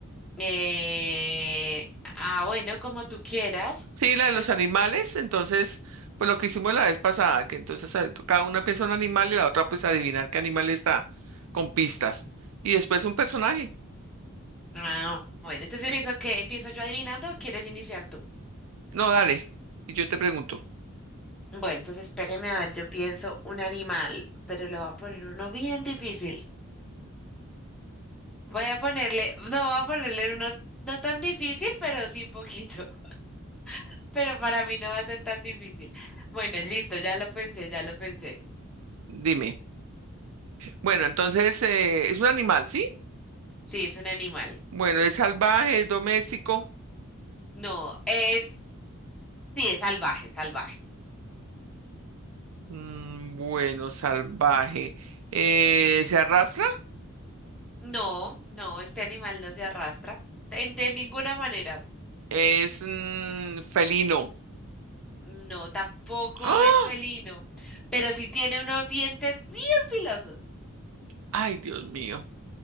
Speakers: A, in the centre; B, on the right (about 70°).
A: Eh, ah, bueno, como tú quieras,
B: Sí, la de
A: pues,
B: los animales, entonces, pues lo que hicimos la vez pasada, que entonces eh, cada una piensa un animal y la otra pues adivinar qué animal está, con pistas. Y después un personaje.
A: ah, bueno, entonces empiezo que, empiezo yo adivinando, o ¿quieres iniciar tú?
B: No, dale, y yo te pregunto,
A: Bueno, entonces espéreme a ver, yo pienso un animal, pero le voy a poner uno bien difícil. Voy a ponerle, no, voy a ponerle uno no tan difícil, pero sí un poquito. <laughs> Pero para mí no va a ser tan difícil. Bueno, listo, ya lo pensé, ya lo pensé.
B: dime. Bueno, entonces, eh, es un animal, ¿sí?
A: Sí, es un animal.
B: Bueno, es salvaje, es doméstico.
A: No, es, sí, es salvaje, salvaje.
B: Mm, bueno, salvaje. Eh, ¿se arrastra?
A: No, no, este animal no se arrastra de, de ninguna manera.
B: Es mm, felino.
A: No, tampoco
B: ¡Ah!
A: es felino, pero sí tiene unos dientes bien filosos.
B: Ay, Dios mío.